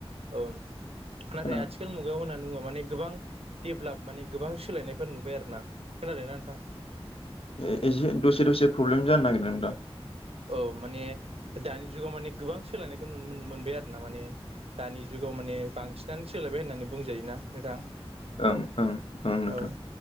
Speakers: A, on the right; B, on the left.
A: औ नाथाय
B: खोनाबाय
A: आथिखाल मुगायाव होनना बुङा माने गोबां देबोलाप माने गोबां सोलायनायफोर नुबाय आरो ना खोनादों ना नोंथां
B: ए एसे दसे दसे प्रब्लेम जानो नागिरदों दा
A: औ माने दानि जुगाव माने गोबां सोलायनायखौ नुनो मोनबाय आरो ना माने दानि जुगाव माने बांसिनानो सोलायबाय होननानै बुंजायोना नोंथां
B: ओं ओं ओं नोंथां
A: औ